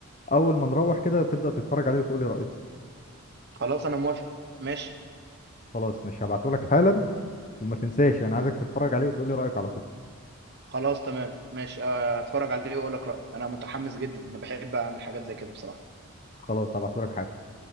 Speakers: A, on the left; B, on the right.
A: اول ما نروح كده تبدأ تتفرج عليه وتقولي رأيك
B: خلاص انا موافق ماشي
A: خلاص مش هبعته لك حالا وما تنساش يعني عايزك تتفرج عليه وتقولي رأيك على طول
B: خلاص تمام ماشي آه، هتفرج عليه واقول لك رأيي انا متحمس جدا انا بحب اعمل حاجات زي كده بصراحه
A: خلاص هبعته لك حالا